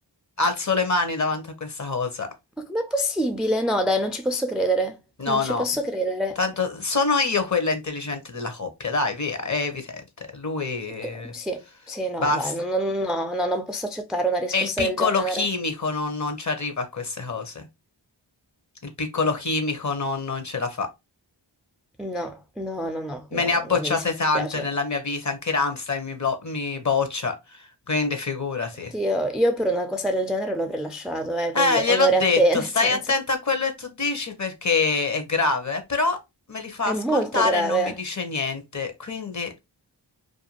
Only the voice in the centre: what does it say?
Ma com'è possibile? No, dai, non ci posso credere.
Non ci
posso credere.
Che- Sì, sì, no,
dai, no, no, no, no, non posso accettare una risposta
del genere.
No, no, no, no, no,
no,
no, mi dispiace.
Oddio, io per una cosa del genere lo avrei lasciato, eh,
quindi
onore
a te, <laughs> nel
senso.
È
molto grave,